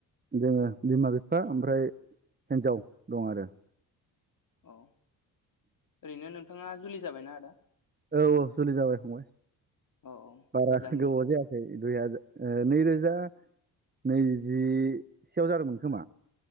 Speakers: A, on the right (about 25°); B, on the left (about 50°).
A: जोङो बिमा बिफा ओमफ्राय हिन्जाव दं आरो
B: औ। ओरैनो नोंथाङा जुलि जाबायना आदा?
A: औ औ जुलि जाबाय फंबाय
B: औ औ
A: बारा
B: मोजां
A: गोबाव
B: दे
A: जायाखै। दुइ हाजार ओ नैरोजा नैजि सेयाव जादोंमोन खोमा